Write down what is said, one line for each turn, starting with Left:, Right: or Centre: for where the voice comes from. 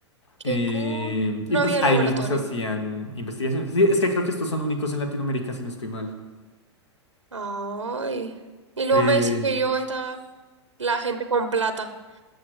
Right: Qué
Left: Em,
Right: cool. No
Left: y pues
Right: había
Left: ahí
Right: laboratorio.
Left: mismo se hacían investigaciones. Sí, es que creo que estos son únicos en Latinoamérica, si no estoy mal.
Right: Ay. Y luego
Left: Eh,
Right: me decís que yo estaba la gente con plata.